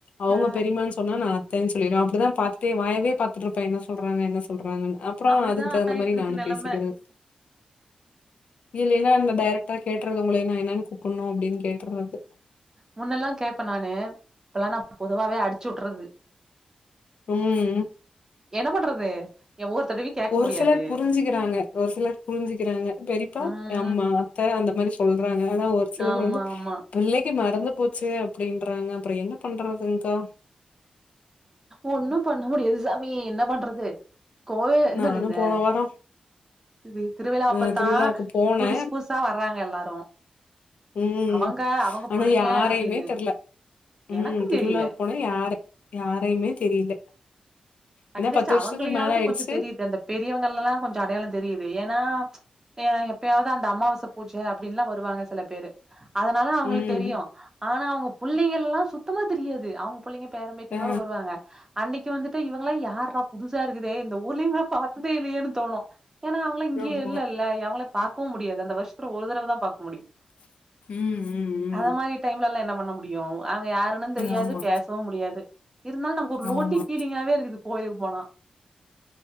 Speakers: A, on the left; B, on the right.
A: அவுங்க
B: ஆ
A: பெரியமான் சொல் சொன்னா நா அத்தைன் சொல்லிடுவே அப்படிதா இப்பத்தையே வாயவே பாத்துட்டு இருப்பே என்ன சொல்றாங்க என்ன சொல்றாங்கன்னு அப் அப்புறோ
B: அப்டிதா
A: அதுக்கு தகுந்த
B: ஆயிட்ருக்கு
A: மாரி நானு
B: நெலம
A: பேசிக்கிறது இல்லைன்னா இந்த டேரெக்டா கேட்டுறது மூலியம்மா என்னன்னு கூப்புட்ணு அப்படின்னு கேட்டுறது
B: முன்னெல்லா கேட்பே நானு இப்பல்லா நம்ம பொதுவாவே அடிச்சு உட்றது
A: ம்
B: என்ன பண்றது எ ஒவ்வொரு தடவையு கேக்க
A: ஒரு
B: முடியாது
A: சிலர் புரிஞ்சுக்கிறாங்க ஒரு சிலர் புரிஞ்சுக்கிறாங்க பெரிப் அப்பா
B: ம்
A: எங்கம்மா அத்த அந்த மாதிரி சொல்றாங்க ஆனா ஒரு சிலர்
B: ஆமா
A: வந்து
B: ஆமா
A: புள்ளைங்க மறந்து போச்சு அப்படின்றாங்க அப்புறோ என்ன பண்றதுங்தா
B: ஒண்ணு பண்ண முடியாது சாமி என்ன பண்றது கோவில் என்னது
A: நானும்
B: இது
A: போன வாரம்
B: இத் திருவிழாப்பத்தா
A: அ திருவிழாவுக்கு போனே
B: புதுசு புதுசா வர்றாங்க எல்லாரு
A: ம்
B: அவங்க அவங்க
A: ஆனா
B: புள்ளைங்க
A: யாரையுமே
B: அப்டின்னு
A: தெர்ல ம்
B: எனக்கு
A: திருவிழா
B: தெரியல
A: போன யா யாரையுமே தெரில ஏன்னா
B: அட்லீஸ்ட்
A: பத்து வருஷத்துக்கு
B: அவங்களையாவது
A: மேல ஆயிடுச்சு
B: கொஞ்சோ தெரியுது அந்த பெரியவங்கலெல்லா கொஞ்சோ அடையாளோ தெரியுது ஏன்னா அ எப்பயாவது அந்த அமாவாசை பூஜை அப்படின்னுல்லா வருவாங்க சில பேரு அதனால அவங்கள
A: ம்
B: தெரியு ஆனா அவங்க புள்ளைங்க எல்லா சுத்தமா தெரியாது அவங் புள்ளைஙக் பேர பேத்துயுட
A: அ
B: வருவாங்க அன்னைக்கியு வந்து இவங்கள யார்டா புதுசாருக்குதே இந்த ஊர்லயே இவுங்க பாத் <unintelligible> இல்லையன்னு தோணு ஏன்னா அவங்களா இங்கேய
A: ஆமா
B: இல்லல்ல அவங்கள பாக்கவு முடியாது அந்த வருஷ்த்துல ஒரு தடவ தா பாக் முடியு
A: ம் ம் ம்
B: அத மாரி டைம்லெல்லா என்ன பண்ண முடியு அவங்க யாருன்னு தெரியாது
A: ஆமா
B: பேசவு முடியாது இருந்தாலு நமக்கு ஒரு லோன்ட்லிக்
A: ஆமா
B: ஃபீலிங்காவே இருக்குது கோயிலுக்கு போனா